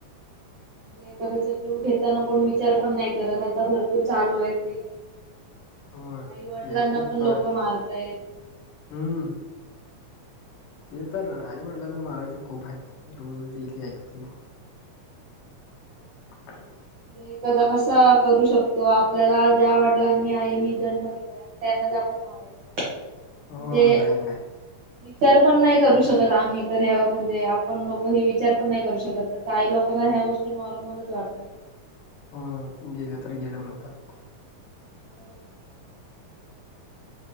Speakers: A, on the right; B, on the left.
A: म्हणजे एखाद्याचा जीव घेताना कोण विचार पण नाय करत, आता भरपूर चालू
B: नाही
A: हाय ते.
B: होय
A: आई वडिलांना
B: लय खूप
A: पण
B: चांग
A: लोक मारतायेत.
B: हम्म ते तर आई-वडलांना माराच खूप हाय की रोज डेली ऐकतोय मी. <inaudible>
A: तो एखादा कसा करू शकतो, आपल्याला ज्या वडिलांनी आईनी जन्म दिलाय. म त्यांनाच आपण मारायच
B: हो
A: म्हणजे वि
B: नाही नाही
A: विचार पण नाय करू शकत आम्ही तर ह म्हणजे आपण लोक हे विचार पण नाय करू शकत तर काही लोकांना ह्या गोष्टी नॉर्मलच वाटतात.
B: हो गेलं तर गेलं म्हणतात ते.
A: हो ना.